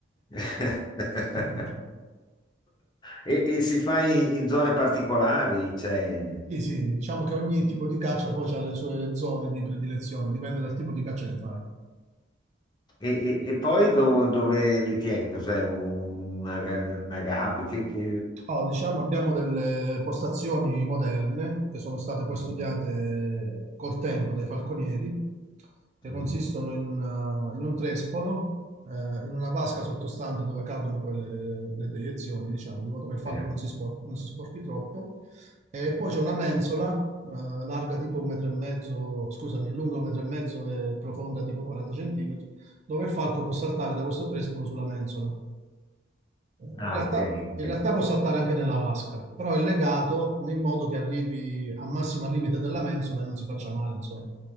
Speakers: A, on the left (about 25°); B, on the right (about 40°).
A: <laughs>
B: <laughs>
A: E, e si fa in, in zone particolari, cioè,
B: Sì, sì, diciamo che ogni tipo di caccia poi ha le sue zone di predilezione, dipende dal tipo di caccia che fai.
A: e, e- e poi do- dove li tieni? Cos'è? Una, ga- una gabbia? Che, che...
B: Oh, diciamo, abbiamo delle postazioni moderne che sono state poi
A: Mm,
B: studiate col tempo dai falconieri, che
A: mm,
B: consistono in, una- in un trespolo, eh, in una vasca sottostante dove cadono poi le, le deiezioni, diciamo, di modo che il falco
A: certo.
B: non si, spor- non si sporchi troppo. E poi c'è una mensola, eh, larga tipo un metro e mezzo, scusami, lunga un metro e mezzo e profonda tipo 40 centimetri, dove il falco può saltare da questo trespolo sulla mensola. Eh, In
A: Ah,
B: realtà,
A: ok, ok,
B: in realtà può saltare anche nella vasca, però è legato in modo che arrivi al massimo al limite della mensola e non si faccia male, insomma.